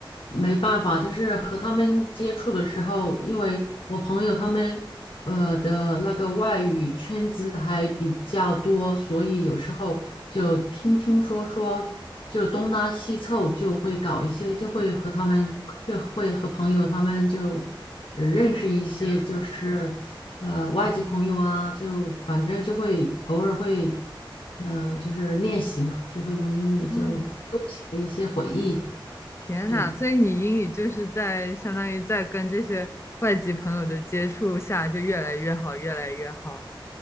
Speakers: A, on the left; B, on the left.
A: 没办法，就是和他们接触的时候，因为我朋友他们呃的那个外语圈子还比较多，所以有时候就听听说说，就东拉西凑，就会搞一些，就会和他们，就会和朋友他们就呃认识一些，
B: 原来，
A: 就是呃外籍朋友啊，就反正就会偶尔会。嗯、就是练习嘛，就会用英语就勾起了一些回忆。
B: 哦，天呐，
A: 对
B: 所以你英语就是在相当于在跟这些外籍朋友的接触下就越来越好，越来越好。